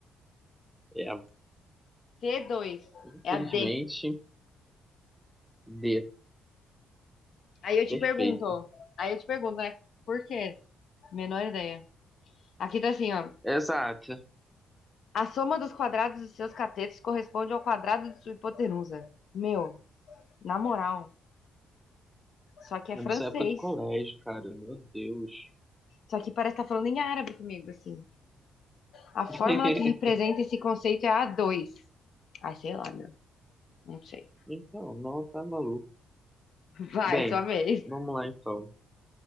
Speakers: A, in the centre; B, on the left.
A: é a.
B: c dois.
A: Infelizmente,
B: É a D.
A: D.
B: Aí eu te
A: Perfeito.
B: pergunto. Aí eu te pergunto, né? Por quê? Menor ideia. Aqui tá assim, ó.
A: Exato.
B: A soma dos quadrados dos seus catetos corresponde ao quadrado de sua hipotenusa. Meu, na moral. Só que é francês.
A: É Nessa época do colégio, cara, meu Deus.
B: Só que parece estar falando em árabe comigo, assim. A fórmula
A: <laughs>
B: que representa esse conceito é a dois. 2 Ai, sei lá, meu. Não sei.
A: Então, não, tá maluco.
B: Vai,
A: Bem,
B: sua vez.
A: vamos lá então.